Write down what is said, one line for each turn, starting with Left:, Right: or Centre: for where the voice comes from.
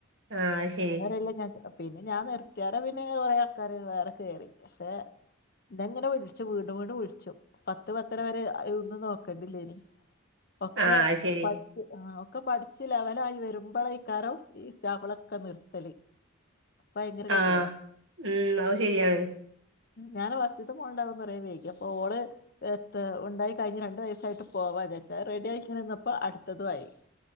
Right: ആഹ് അത് ശരി.
Left: അവരെല്ലാം ഞാൻ പിന്നെ ഞാൻ നിർത്തിയാലോ പിന്നെ കുറെ ആൾക്കാര് വേറെ കയറി പക്ഷെ ഇന്നെങ്ങനെ വിളിച്ചു വീണ്ടും വീണ്ടും വിളിച്ചു പത്ത് പത്തര വരെ ഒന്നും നോക്കണ്ടില്ലേനി. ഒക്കെ
Right: ആഹ് അത് ശരി
Left: പച്ച് ആഹ്. ഒക്കെ പഠിച്ചില്ല അവനായി വരുമ്പോഴ ഈക്കാരം ഈ. എക്സാമ്പിൾ നിർത്തല്. ഭയങ്കര ഗതികേടാ
Right: ആഹ് ഉം അത് ശരിയാണ്.
Left: ഞാൻ ഫസ്റ്റ്ത്തെ മോൾ ഉണ്ടായപ്പോൾ പറയും വേിക്കും ഓള് ഉണ്ടായി കഴിഞ്ഞു രണ്ടു വയസായിട്ട് പോകാത്തായി സാർ റെഡി ആയി നിന്നപ്പോ അടുത്തതു ആയി.